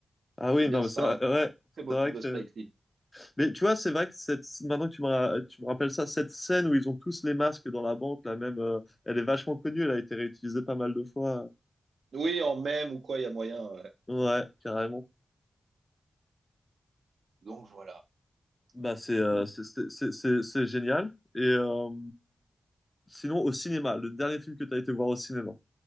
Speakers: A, on the left; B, on the right.
A: Ah oui,
B: Eh bien,
A: non, mais
B: c'est
A: c'est
B: un
A: vrai, euh, ouais,
B: très beau
A: c'est vrai
B: film
A: que
B: de Spike
A: c'est-
B: Lee.
A: Mais tu vois, c'est vrai que cette... maintenant que tu me, ra- tu me rappelles ça, cette scène où ils ont tous les masques dans la banque, la même, euh, elle est vachement connue, elle a été réutilisée pas mal de fois.
B: Oui, en même ou quoi, il y a moyen. ouais.
A: Ouais, carrément.
B: Donc voilà.
A: Bah, c'est
B: Dites-moi.
A: euh, c'est c'est- c'est- c'est- c'est génial. Et euh, sinon, au cinéma, le dernier film que tu as été voir au cinéma.